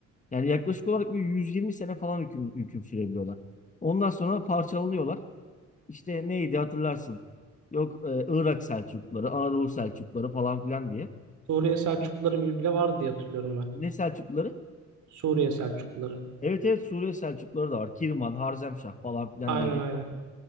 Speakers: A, on the left (about 25°); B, on the right (about 75°).
A: Yani yaklaşık olarak bir 120 sene falan hüküm, hüküm sürebiliyorlar. Ondan sonra parçalanıyorlar. İşte neydi hatırlarsın. Yok e, Irak Selçukları, Anadolu Selçukları falan filan diye.
B: Suriye Selçukluları bile vardı diye hatırlıyorum ben.
A: Ne Selçukları?
B: Suriye Selçukluları.
A: Evet evet Suriye Selçukluları da var. Kirman, Harzemşah falan filan
B: Aynen
A: diye gidiyor.
B: aynen.